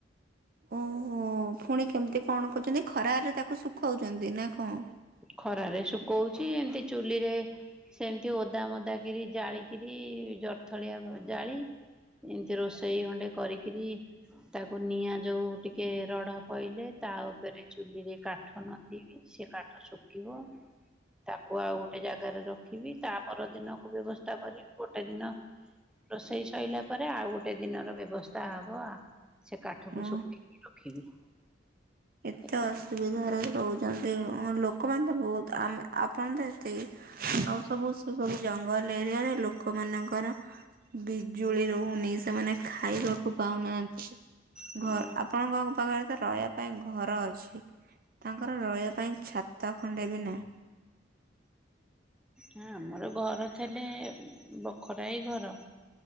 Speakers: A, on the right; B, in the centre.
A: ଓ ହୋ ଫୁଣି କେମିତି କଣ କରୁଚନ୍ତି ଖରାରେ ତାକୁ ଶୁଖୋଉଚନ୍ତି ନା କଣ?
B: ଖରାରେ ଶୁକୋଉଚି ଏମିତି ଚୁଲିରେ ସେମିତି ଓଦା ମଦା କି ରି ଜାଳିକିରି ଜରିଥଳିଆ ଜାଳି ଏମିତି ରୋଷେଇ ଗଣ୍ଡେ କରିକିରି ତାକୁ ନିଆଁ ଯୋଉ ଟିକେ ରଡ ପଇଲେ ତା ଉପରେ ଚୁଲିରେ କାଠ ନ ଥିବି ସେ କାଠ ଶୁଖିବ ତାକୁ ଆଉ ଗୋଟେ ଜାଗାରେ ରଖିବି ତା ପର ଦିନକୁ ବ୍ୟବସ୍ଥା କରିବି ଗୋଟେ ଦିନ ରୋଷେଇ ସଇଲା ପରେ ଆଉ ଗୋଟେ ଦିନର ବ୍ୟବସ୍ଥା ତା ହବ ସେ କାଠକୁ
A: ଓ
B: ଶୁଖେଇକି ରଖିବି।
A: ଏତେ
B: ଏଇଆ।
A: ଅସୁବିଧାରେ ରହୁଚନ୍ତି ଅ ଲୋକ ଲୋକମାନେ ତ ବହୁତ ଆମେ ଆପଣ ତ ଏତିକି ଆଉ ସବୁ ସେ ସବୁ ଜଙ୍ଗଲ ଏରିଆରେ ଲୋକ ମାନଙ୍କର ବିଜୁଳି ରହୁନି ସେମାନେ ଖାଇବାକୁ କୁ ପାଉନାହାଁନ୍ତି
B: ହୁଁ
A: ଘର ଆପଣଙ୍କ ପାଖରେ ରହିବା ପାଇଁ ଘର ଅଛି ତାଙ୍କର ରହିବା ପାଇଁ ଛାତ ଖଣ୍ଡେ ବି ନାହିଁ।
B: ହ ଆମର ଘର ଥିଲେ ବଖରାଏ ଘର।